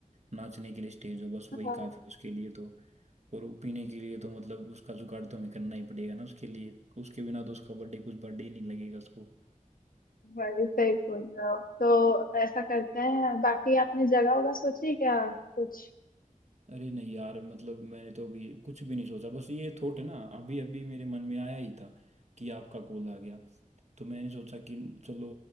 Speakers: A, on the right; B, on the left.
A: नाचने के लिए स्टेज हो बस वही
B: है। हाँ
A: काफ़ी
B: हाँ,
A: उसके लिए तो और वो पीने के लिए तो मतलब उसका जुगाड़ तो हमें करना ही पड़ेगा ना उसके लिए उसके बिना तो उसका बर्थडे कुछ बर्थडे ही नहीं लगेगा उसको
B: वही सही बोल रहे हो तो ऐसा करते हैं बाकी आपने जगह होगा सोची क्या कुछ
A: अरे नहीं यार मतलब मैंने तो अभी कुछ भी नहीं सोचा बस ये थॉट है ना अभी अभी मेरे मन में आया ही था कि आपका कॉल आ गया तो मैंने सोचा कि चलो